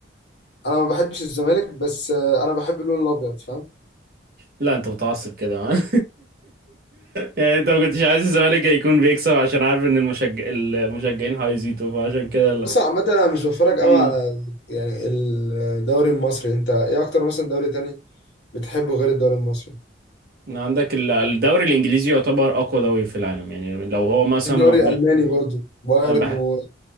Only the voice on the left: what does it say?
انا ما بحبش الزمالك بس آه انا بحب اللون الابيض فاهم
بص عامة أنا مش بتفرج أوي
على يعني الدوري المصري، أنت إيه أكتر مثلا دوري تاني بتحبه غير الدوري المصري؟
الدوري
الألماني
برضو بايرن
و